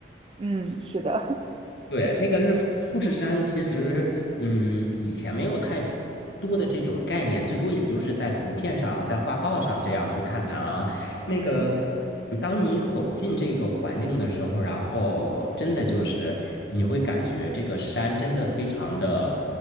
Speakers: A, on the right (about 30°); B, on the left (about 60°).
A: 嗯，是的，
B: 对，那个日富富士山，其实嗯，以前没有太多的这种概念，最多也就是在图片上、在画报上这样去看看啊。那个，
A: 嗯
B: 嗯当你走进这个环境的时候，然后真的就是你会感觉这个山真的非常的